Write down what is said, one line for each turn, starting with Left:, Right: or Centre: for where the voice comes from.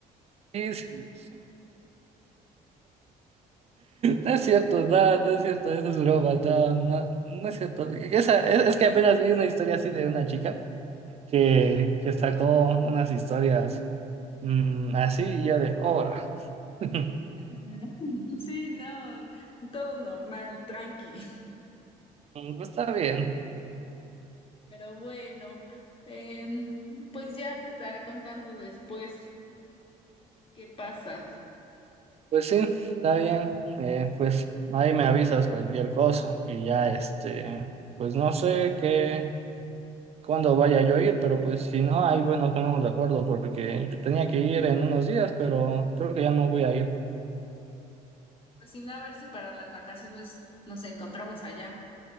Right: dormir. No es cierto, no, no es cierto, eso es broma, no, no, no es cierto. Esa, es, es que apenas vi una historia así de una chica que, que sacó unas historias mm, así y yo de obra. <laughs>
Left: Ujú. Sí, no, todo normal, tranqui.
Right: Pues está bien,
Left: Pero bueno, em, pues ya te estaré contando después qué pasa.
Right: pues sí, está bien, eh, pues ahí me avisas cualquier cosa y ya este, pues no sé qué, cuándo vaya yo a ir, pero pues si no, ahí bueno, nos ponemos de acuerdo porque yo tenía que ir en unos días, pero creo que ya no voy a ir.
Left: Pues si no, a ver si para las vacaciones nos encontramos allá.